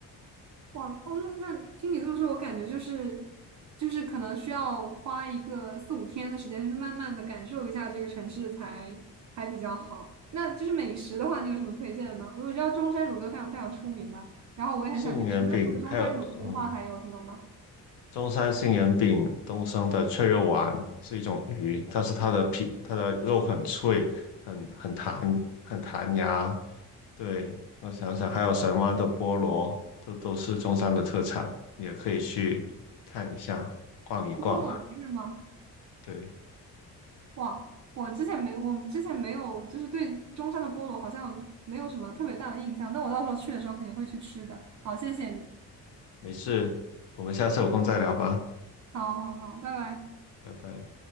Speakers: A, on the right; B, on the left.
A: 哇哦，那那听你这么说，我感觉就是就是可能需要花一个四五天的时间，就是慢慢的感受一下这个城市才才比较好。那就是美食的话，你有什么推荐吗？我知道中山乳鸽非常非常出名嘛，然后我也很想去吃。
B: 杏仁饼还有嗯、
A: 那除了中山乳鸽的话，还有什么吗？
B: 中山杏仁饼东升的脆肉丸是一种鱼，但是它的皮、它的肉很脆，很很弹、很弹牙。对，我想想，还有神湾的菠萝，这都是中山的特产，也可以去看一下、逛一逛。
A: 菠萝是吗？
B: 对，
A: 哇，我之前没，我之前没有，就是对中山的菠萝好像没有什么特别大的印象。那我到时候去的时候肯定会去吃的。好，谢谢你。
B: 没事，我们下次有空再聊吧，
A: 好好好，拜拜。
B: 拜拜。